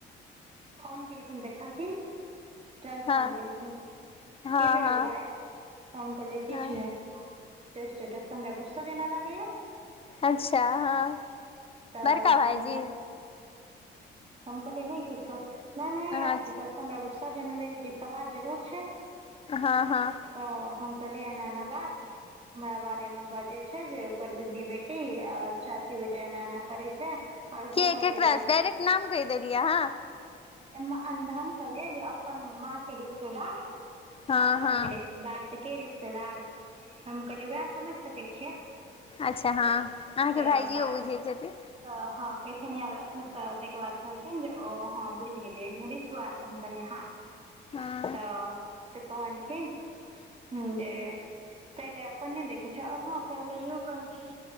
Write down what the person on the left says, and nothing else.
हँ
हँ
हँ
हँ
अच्छा हँ
बड़का
भाईजी
अच्छा
हँ हँ
के केकरा
डायरेक्ट नाम कहि देलियै अहाँ
हँ
हँ
अच्छा हँ अहाँके
भाइजियो
बुझैत
छथिन
हँ